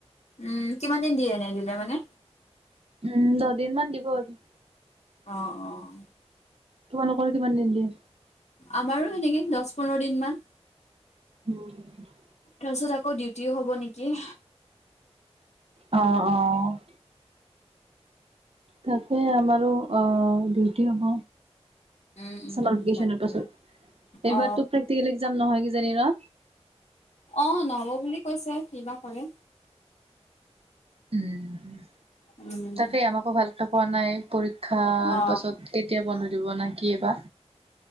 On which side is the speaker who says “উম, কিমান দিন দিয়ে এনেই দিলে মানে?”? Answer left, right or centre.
Left